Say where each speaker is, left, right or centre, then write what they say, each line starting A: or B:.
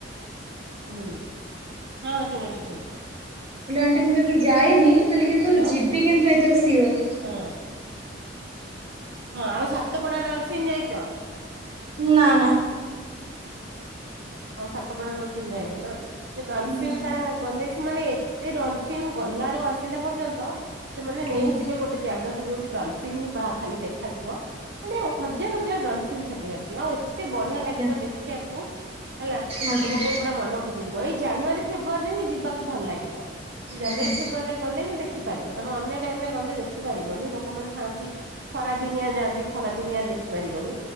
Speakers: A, on the right; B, on the right.
A: ହୁଁ, ହଁ ଶୁଣୁଛି ଶୁଣୁଛି।
B: ହେଲେ ଆଣ୍ଟି ମୁଁ କେବେ ଯାଇନି, ହେଲେ କିନ୍ତୁ
A: ହ୍ୟାଲୋ
B: ଯିବି କିନ୍ତୁ ଏଥର ସିଓର୍।
A: ହଁ ହଁ ଆଉ ସାତପଡା ଡଲଫିନ୍ ଯାଇଛ?
B: ନା ନା।
A: ହଁ ସାତପଡା ଡଲଫିନ୍ ଯାଇନ ନା, ସେ ଡାଲସିଂ
B: ହୁଁ
A: ଟା ଗଲେ ମାନେ ଏତେ ଡଲଫିିନ୍ ଗଲା ରୁ ଆସିଲା ପର୍ଯ୍ୟନ୍ତ ସେମାନେ ନେଇଯିବେ
B: ଆଜ୍ଞା
A: ଗୋଟେ ଜାଗା ଯୋଉଠି ଡଲଫିନ୍ ବା ଖାଲି ଦେଖାଯିବ ମାନେ ଏ ହଜାର ହଜାର ଡଲଫିିନ୍ ସେଠି ଅଛି ଆଉ ଏ ଏତେ ବଢିଆ
B: ଆଜ୍ଞା
A: ଲାଗିବ ଦେଖିଆକୁ ହେଲା
B: ଆଜ୍ଞା
A: ତମକୁ ପୁରା ମନ ଖୁସି ହେଇଯିବ, ଏଇ ଜାନୁଆରୀ ଫେବୃୟରୀରେ ହିଁ ଯିବାକୁ ଭଲ ଲାଗିବ। ସେ ଜାନୁଆରୀ
B: ଆଜ୍ଞା
A: ଫେବୃୟାରୀରେ ଗଲେ ହିଁ ଦେଖି ପାରିବ, ତମେ ଅନ୍ୟ ଟାଇମ ରେ ଗଲେ ଦେଖିପାରିବନି। ଲୋକମାନେ ଥାଆନ୍ତି ଖରା ଦିନିଆ ଯାଆନ୍ତି ଖରା ଦିନିଆ ଦେଖି ପାରିବନି,